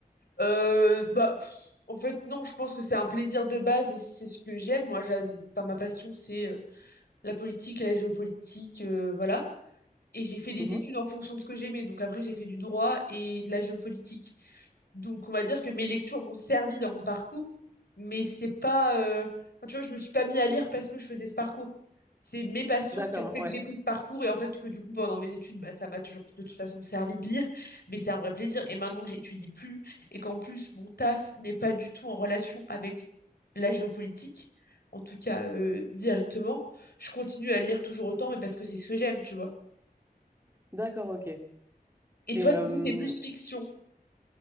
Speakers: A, on the left; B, on the right.
A: Euh, bah, pff, en fait, non, je pense que c'est un plaisir de base et c'est ce que j'aime. Moi, j'aime, enfin, ma passion, c'est euh, la politique, la géopolitique, euh, voilà. Et j'ai fait des
B: Mhm.
A: études en fonction de ce que j'aimais. Donc après, j'ai fait du droit et de la géopolitique. Donc, on va dire que mes lectures m'ont servi dans mon parcours, mais c'est pas, euh, enfin, tu vois, je me suis pas mis à lire parce que je faisais ce parcours. C'est mes passions
B: D'accord.
A: qui ont fait
B: Ouais.
A: que j'ai pris ce parcours et en fait que du coup, pendant mes études, bah, ça m'a toujours de toute façon servi de lire, mais c'est un vrai plaisir. Et maintenant que j'étudie plus et qu'en plus, mon taf n'est pas du tout en relation avec la géopolitique, en tout cas, euh, directement, je continue à lire toujours autant, mais parce que c'est ce que j'aime, tu vois.
B: D'accord. Ok.
A: Et
B: Et,
A: toi,
B: euh,
A: du coup, t'es plus fiction.